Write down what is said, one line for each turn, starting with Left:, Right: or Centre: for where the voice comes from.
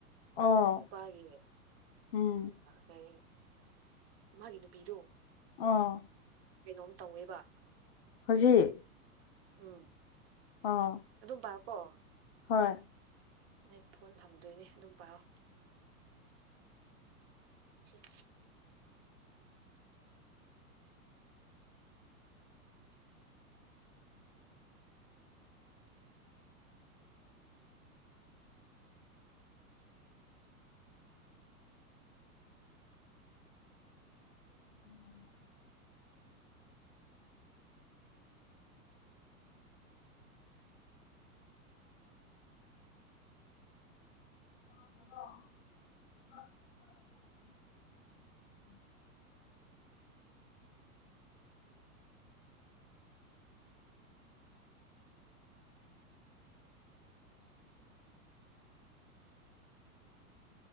Left: ꯑꯣ
Right: ꯅꯨꯄꯥꯒꯤ
Left: ꯎꯝ
Right: ꯀꯩ ꯃꯥꯒꯤ ꯅꯨꯄꯤꯗꯣ
Left: ꯑ
Right: ꯀꯩꯅꯣꯝ ꯇꯧꯋꯦꯕ
Left: ꯍꯧꯖꯤꯛ
Right: ꯑꯝ
Left: ꯑꯣ
Right: ꯑꯗꯨꯝ ꯄꯥꯏꯌꯀꯣ
Left: ꯍꯣꯏ
Right: ꯑꯩ ꯐꯣꯟ ꯊꯝꯗꯣꯏꯅꯦ ꯑꯗꯨꯝ ꯄꯥꯑꯣ ꯁꯤ
Left: ꯎꯝ <unintelligible>